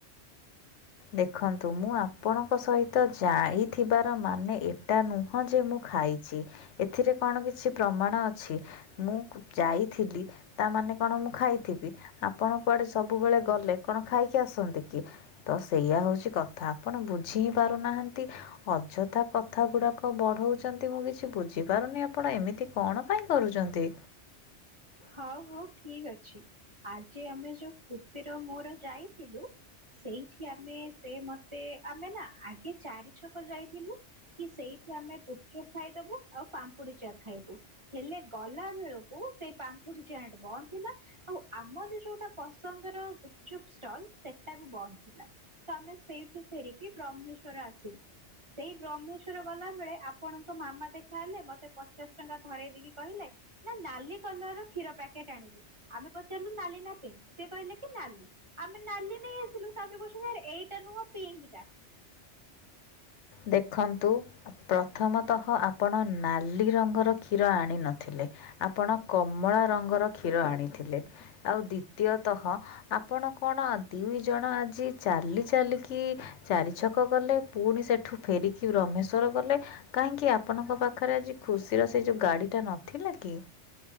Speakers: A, on the right (about 25°); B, on the left (about 85°).
A: ହ <inaudible>
B: ଦେଖନ୍ତୁ ମୁଁ ଆପଣଙ୍କ ସହିତ ଯାଇଥିବାର ମାନେ ଏଟା ନୁ ହଁ ଯେ ମୁଁ ଖାଇଛି ଏଥିରେ କଣ କିଛି ପ୍ରମାଣ ଅଛି? ମୁଁ ଯାଇଥିଲି। ତାମାନେ କଣ ମୁଁ ଖାଇଥିବି ଆପଣ କୁଆଡ଼େ ସବୁବେଳେ ଗଲେ କଣ ଖାଇକି ଆସନ୍ତି? କି ତ ସେଇୟା ହଉଛି କଥା ଆପଣ ବୁଝି ହିଁ ପାରୁନାହାନ୍ତି। ଅଯଥା କଥା ଗୁଡ଼ାକ ବଢ଼ଉଛନ୍ତି ମୁଁ କିଛି ବୁଝିପାରୁନି ଆପଣ ଏମି ତି କଣ ପାଇଁ କରୁଚନ୍ତି?
A: ହଉ ହଉ ଠିକ୍ ଅଛି ଆଜି ଆମେ ଯୋଉ ଖୁସିର ମୋର ଯାଇଥିଲୁ ସେଇଠି ଆମେ ସେ ମତେ ଆମେ ନା ଆଗେ ଚାରି ଛକ ଯାଇଥିଲୁ। କି ସେଇଠୁ ଆମେ ଗୁପ୍ ଚୁପ୍ ଖାଇଦବୁ ଆଉ ପାମ୍ପୁଡ଼ି ଚାଟ୍ ଖାଇବୁ। ହେଲେ ଗଲା ବେଳକୁ ସେଇ ପାମ୍ପୁଡ଼ି ଚାଟ୍ ବନ୍ଦ ଥିଲା। ଆଉ ଆମର ଯୋଉଟା ପସନ୍ଦର ଗୁପ୍ ଚୁପ୍ ଷ୍ଟଲ ସେଟା ବି ବନ୍ଦ ଥିଲା। ତଆମେ ସେଇଠୁ ଫେରିକି ବ୍ରହ୍ମେଶ୍ଵର ଆସିଲୁ। ସେଇ ବ୍ରହ୍ମେଶ୍ଵର ଗଲା ବେଳେ ଆପଣଙ୍କ ମାମା ଦେଖାହେଲେ ମତେ ପଚାଶ ଟଙ୍କା ଧରେଇ ଦେଇକି କହିଲେ ନା ନାଲି କଲର ର କ୍ଷୀର ପ୍ୟାକେଟ ଆଣିବୁ ଆମେ ପଚାରିଲୁ ନାଲି ନା ପିଙ୍କ୍ ସେ କହିଲେ କି ନାଲି। ଆମେ ନାଲି ନେଇ ଆସିଲୁ ତାପରେ କହୁସନ୍ତି ଆରେ ଏଇଟା ନୁହଁ ପିଙ୍କି ଟା।
B: ଦେଖନ୍ତୁ ପ୍ରଥମତଃ ଆପଣ ନାଲି ରଙ୍ଗର କ୍ଷୀର ଆଣିିନଥିଲେ। ଆପଣ କମଳା ରଙ୍ଗର କ୍ଷୀର ଆଣିଥିଲେ। ଆଉ ଦ୍ଵିତୀୟତଃ ଆପଣ କଣ ଦ୍ୟୁଇ ଜଣ ଆଜି ଚାଲି ଚାଲିକି ଚାରି ଛକ ଗଲେ ପୁଣି ସେଠୁ ଫେରିକି ବ୍ରହ୍ମେଶ୍ଵର୍ ଗଲେ। କାହିଁକି ଆପଣଙ୍କ ପାଖରେ ଆଜି ଖୁସିର ସେ ଯୋଉ ଗାଡି ଟା ନଥିଲା କି?